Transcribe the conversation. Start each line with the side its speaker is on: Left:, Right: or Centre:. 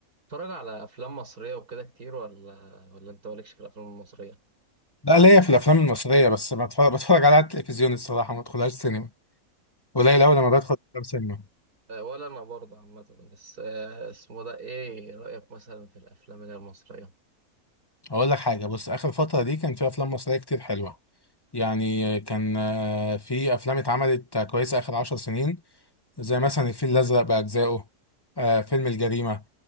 Right: بتتفرج على افلام مصريه وكده كتير ولا ولا انت مالكش في الافلام المصريه
Left: لا ليا في الافلام المصريه بس ما بتفرج بتفرج على التلفزيون الصراحه ما ادخلهاش سينما قليل قوي لما بدخل افلام سينما
Right: آه، ولا انا برضه عامه بس آه، اسمه ده ايه رايك مثلا في الافلام اللي هي المصريه
Left: اقول لك حاجه بص اخر فتره دي كان في افلام مصريه كتير حلوه يعني كان آه، في افلام اتعملت كويسه اخر عشر سنين زي مثلا الفيل الازرق باجزائه آه، فيلم الجريمه